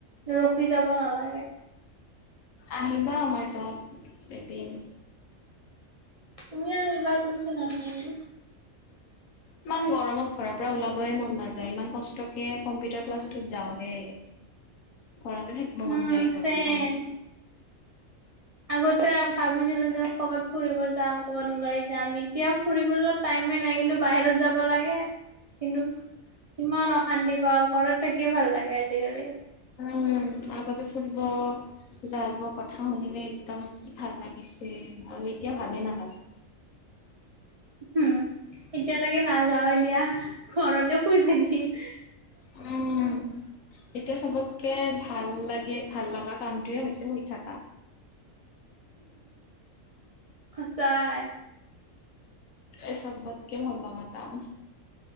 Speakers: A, on the right; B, on the left.
A: ৰখি যাব নালাগে।
B: আহিবা আমাৰ তাত, এদিন।
A: তুমিও আহিবা, তুমিচোন নাহায়ে।
B: ইমাম গৰমত ঘৰৰ পৰা ওলাবই মন নাযায়, ইমান কষ্ট <unintelligible> কম্পিউটাৰ ক্লাছটোত যাওঁহে, ঘৰতে থাকিব মন
A: উম
B: যায় গৰমখনত।
A: চেম আগতে ভাবিছিলো যে ক'ৰবাত ফুৰিব যাম কৰ'বাত ওলাই যাম, এতিয়া ফুৰিব যোৱাত টাইমেই নাই কিন্তু বাহিৰত যাব লাগে কিন্তু ইমান অশান্তি পাওঁ, ঘৰত থাকিয়ে ভাল লাগে আজিকালি।
B: উম, আগতে ফুৰিব যাব কথা শুনিলে একদম কি ভাল লাগিছে আৰু এতিয়া ভালে নালাগে।
A: উম, এতিয়া লাগে নাযাও এ দিয়া, ঘৰতে শুই থাকিম।
B: উম। এতিয়া চবতকে ভাল লাগে, ভাল লাগা কামটোয়ে হৈছে শুই থকা।
A: সঁচাই।
B: এ চবতকে ভাল লগা কাম।